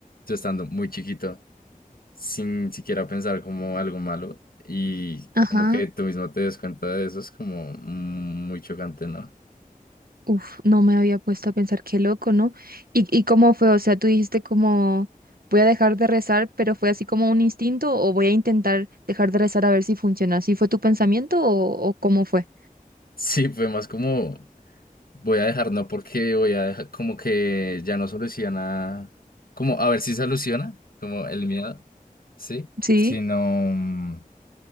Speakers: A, on the left; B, on the right.
A: yo estando muy chiquito sin siquiera pensar como algo malo y
B: ajá.
A: como que tú mismo te des cuenta de eso es como muy chocante, ¿no? <laughs>
B: Uf, no me había puesto a pensar, qué loco, ¿no? ¿Y, y cómo fue? O sea, tú dijiste como, voy a dejar de rezar, pero fue así como un instinto o voy a intentar dejar de rezar a ver si funciona. ¿Así fue tu pensamiento o, o cómo fue?
A: Sí, fue más como voy a dejar, no porque voy a dejar, como que ya no soluciona, como a ver si soluciona, como el miedo, ¿sí?
B: Sí,
A: Sino